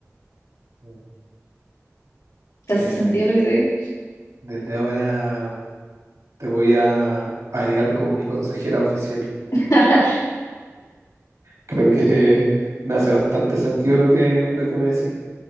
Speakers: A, on the right (about 80°); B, on the left (about 90°).
A: mm.
B: ¿Te hace
A: Eh,
B: sentido lo que te digo?
A: desde ahora te voy a agregar como mi consejera oficial.
B: <laughs>
A: Creo que me hace bastante sentido lo que, lo que me decís.